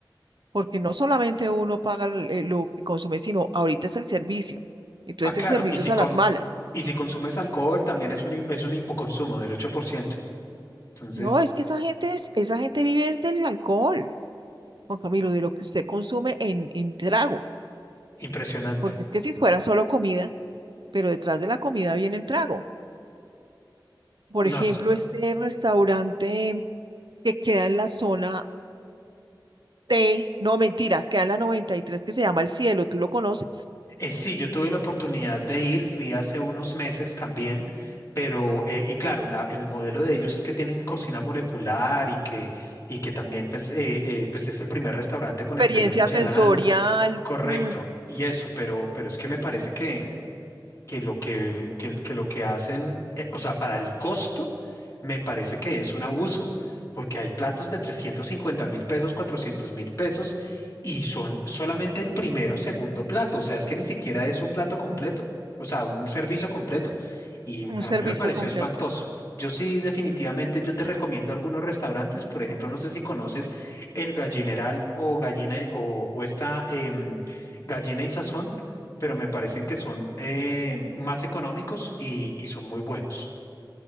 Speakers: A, on the right; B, on the left.
A: porque no solamente uno paga el- eh, lo que consume, sino ahorita es el servicio. Entonces
B: Ah, claro,
A: el servicio
B: y si,
A: es
B: con,
A: a las malas.
B: y si consumes alcohol, también es un, hi- es un hipoconsumo del 8%. entonces
A: No, es que esa gente, es- esa gente vive desde el alcohol, Juan Camilo, de lo que usted consume en, en trago,
B: impresionante.
A: porque es que si fuera solo comida, pero detrás de la comida viene el trago. Por
B: No,
A: ejemplo,
B: s-
A: este restaurante que queda en la zona T, no mentiras, queda en la 93 que se llama El Cielo, tú lo conoces.
B: eh, sí, yo tuve la oportunidad de ir, fui hace unos meses también, pero, eh, y claro, la- el modelo de ellos es que tienen cocina molecular y que, y que también pues, eh, eh, pues es el primer restaurante con estrella
A: Experiencia
B: Michelin,
A: sensorial,
B: correcto,
A: mm,
B: y eso, pero, pero es que me parece que que lo que, que- que lo que hacen, eh, o sea, para el costo, me parece que es un abuso, porque hay platos de trescientos cincuenta mil pesos, cuatrocientos mil pesos, y son solamente el primero o segundo plato, o sea, es que ni siquiera es un plato completo,
A: mm,
B: o sea, un servicio completo. Y
A: un
B: a
A: servicio
B: mí me pareció
A: completo.
B: espantoso. Yo sí, definitivamente, yo te recomiendo algunos restaurantes, por ejemplo, no sé si conoces El Gallineral o Gallina y- o, o esta em, Gallina y Sazón pero me parecen que son eh, más económicos y, y son muy buenos.